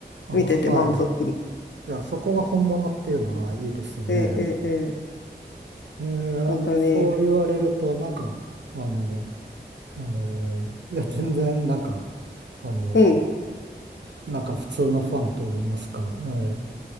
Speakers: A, on the right (about 75°); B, on the left (about 85°).
A: あ、
B: 見てて満足。
A: はい。いや、そこが本物っていうのはいいですよね。
B: ええええ、
A: えー、
B: 本当に、
A: そう言われると、なんか、あの、あの、いや、全然、なんか、あの、
B: うん、
A: なんか普通のファンと言いますか、え